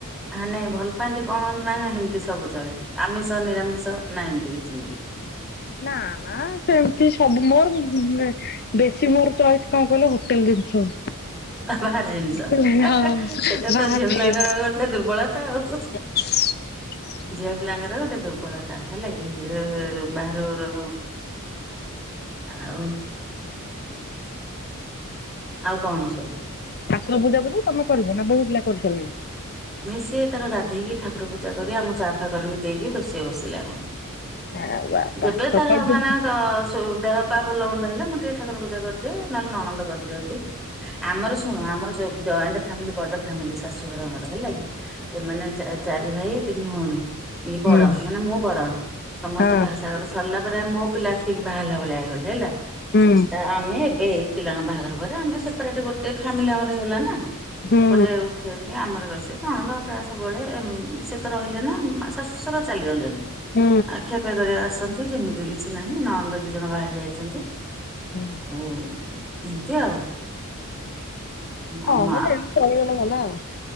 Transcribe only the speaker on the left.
ନାଁ ନାଁ ସେମିତି ସବୁ ମୋର ବେଶୀ ମୋର ଚଏସ୍ କଣ କହିଲ ହୋଟେଲ୍ ଜିନିଷ।
ବାହାର
ଖାଇବ।
<inaudible>
ଠାକୁର ପୂଜା ପୂଜି ତମେ କରିବ ନା ବହୁ ପିଲା କରିସାରିଲଣି?
ଆ ବାବା
ସକାଳୁ
ହୁଁ
ହୁଁ
ହଁ
ହୁଁ
ହୁଁ
ହୁଁ।
ହୁଁ।
ହଁ ମ ଯେମିତି ଚଳିଗଲେ ଭଲ ଆଉ।